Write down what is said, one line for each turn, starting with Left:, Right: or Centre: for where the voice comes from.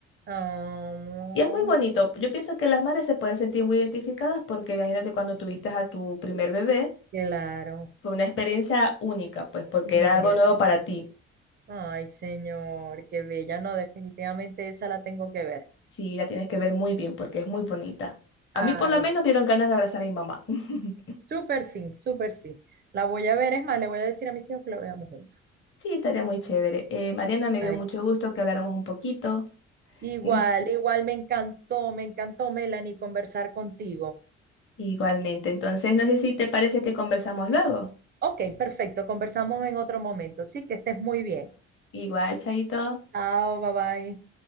Right: Ah,
Left: Y es muy bonito. Yo pienso que las madres se pueden sentir muy identificadas porque imagino que cuando tuviste a tu primer bebé
Right: claro,
Left: fue una experiencia única, pues porque
Right: única.
Left: era algo nuevo para ti.
Right: Ay, señor, qué bella. No, definitivamente esa la tengo que ver.
Left: Sí, la tienes que ver muy bien porque es muy bonita. A
Right: Ay,
Left: mí por lo menos dieron ganas de abrazar a mi mamá. <laughs>
Right: súper sí, súper sí. La voy a ver, es más, le voy a decir a mis hijos que la veamos juntos.
Left: Sí, estaría muy chévere. Eh, Mariana, me
Right: Ay,
Left: dio mucho
Right: sí.
Left: gusto que habláramos un poquito.
Right: Igual,
Left: Mm,
Right: igual me encantó, me encantó, Melanie, conversar contigo.
Left: Igualmente. Entonces, no sé si te parece que conversamos luego.
Right: Ok, perfecto, conversamos en otro momento. Sí, que estés muy bien.
Left: Igual, Chaito.
Right: Chao, bye bye.